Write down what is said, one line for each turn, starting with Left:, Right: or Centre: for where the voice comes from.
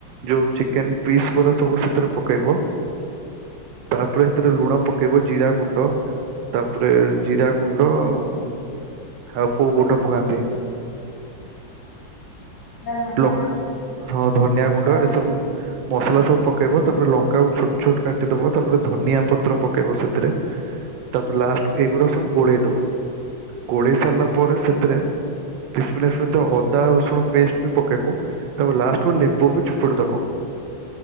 Right: ଯୋଉ ଚିକେନ ପିସ୍ ଗୁରା ସବୁ ସେଥରେ ପକେଇବ। ତାପରେ ସେଥିରେ
Left: ଜିରା
Right: ଲୁଣ ପକେଇବ ଜିରା ଗୁଣ୍ଡ ତାପରେ ଜିରା ଗୁଣ୍ଡ ଅମ୍ ଆଉ କୋଉ ଗୁଣ୍ଡ ପକାନ୍ତି?
Left: ଧଣିଆ
Right: ଲଙ୍କ ହଁ ଧନିଆ
Left: ଲଙ୍କା
Right: ଗୁଣ୍ଡ ଏସବୁ ମସଲା ସବୁକେଇବ ତାପରେ ଲଙ୍କାକୁ ଛୋଟ ଛୋଟ କାଟିଦବା ତାପରେ ଧନିଆ ପ ପ୍ର ପକେଇବ ସେଥିରେ ତାପରେ ଲାଷ୍ଟ ଏଗୁଡା ସବୁ ଗୋଳେଇ ଦବ। ଗୋଳେଇ ସାରିଲା ପରେ ସେଥିରେ <unintelligible> ଅଦା ରସୁଣ ପେଷ୍ଟ ପକେଇବ ତାପ ଲାଷ୍ଟକୁ ଲେମ୍ବୁ ବି ଚିପୁଡି ଦବ।